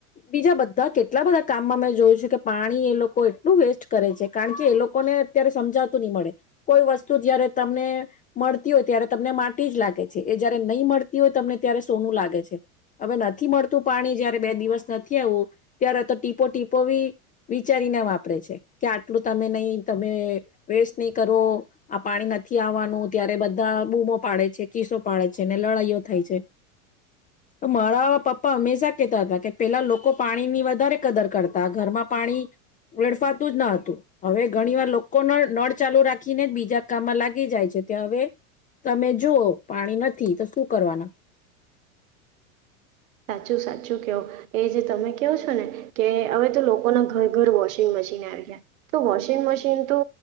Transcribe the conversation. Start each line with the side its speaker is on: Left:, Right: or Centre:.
Left: બીજા બધા કેટલા બધા કામમાં મેં જોયું છે કે પાણી એ લોકો એટલું વેસ્ટ કરે છે કારણ કે એ લોકોને અત્યારે સમજાતા મળે કોઈ વસ્તુ જયારે તમને મળતી હોય ત્યારે તમને માટી જ લાગે છે એ જયારે નહીં મળતી હોય તમને ત્યારે સોનું લાગે છે હવે નથી મળતું પાણી જયારે બે દિવસ નથી આવું ત્યારે તો ટીપો ટીપો બી વિચારીને વાપરે છે કે આટલું તમે નહી તમે વેસ્ટ નહીં કરવો આ પાણી નથી આવવાનું ત્યારે બધા બૂમો પાડે છે કીસો પાડે છે ને લડાઈઓ થાય છે મારા પપ્પા હંમેશા કહેતા હતા કે પેલા લોકો પાણીની વધારે કદર કરતા ઘરમાં પાણી લડફાતું જ ન હતું હવે ઘણી વાર લોકોને નળ ચાલુ રાખીને જ બીજા કામમાં લાગી જાય છે તે હવે તમે જુઓ પાણી નથી તો શું કરવાના?
Right: સાચું સાચું કવો એ જે તમે કહો છો ને કે હવે તો લોકોના ઘર ઘર વોશિંગ મશીન આવ્યા તો વોશિંગ મશીન તો